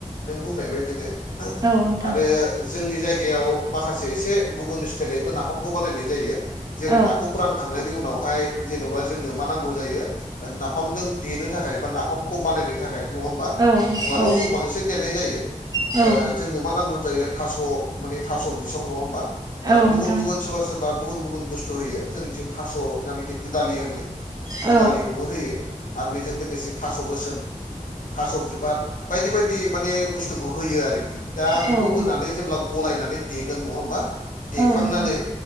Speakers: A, on the left; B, on the right.
A: नों बुंनाय बायदिनो
B: नोंथां
A: आरो जोंनि जायगायाव माखासे एसे गुबुन स्टाइलबो नाफामखौ बानायनाय जायो जेरै
B: औ
A: नाखौ फोरानखांनायनि उनावहाय जेन'बा जोंनो मा नांगौ जायो। नाफामजों देनो थाखाय बा नाफामखौ बानायनो थाखाय नङा होमबा?
B: औ
A: उवालाव
B: औ
A: जों बांसिन देरनाय जायो।
B: औ
A: ओ जोंनो मा नांगौ जायो थास' माने थास' बिसं नङा होमबा आरो
B: औ नोंथां
A: गुबुन गुबुन सोरबा सोरबा गुबुन गुबुन बुस्थु होयो जोंनिथिं थास' जायनाखि दुदालि होनो दुदालिखौबो
B: औ
A: होयो। आरो बेजों लोगोसे थास' गोसोम थास' बिबार बायदि बायदि माने बुस्थुखौ होयो आरोखि दा
B: औ
A: बेखौ होनानै जेब्ला गलायनानै देगोन नङा होमबा? देखांनानै
B: औ नोंथां